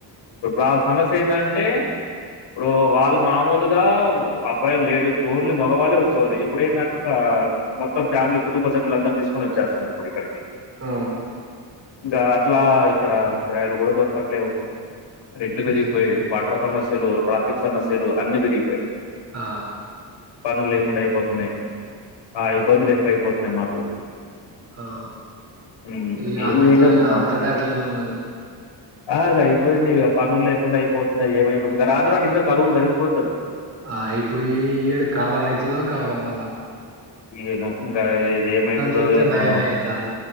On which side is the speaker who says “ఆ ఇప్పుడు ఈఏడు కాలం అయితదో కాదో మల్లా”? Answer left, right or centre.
Right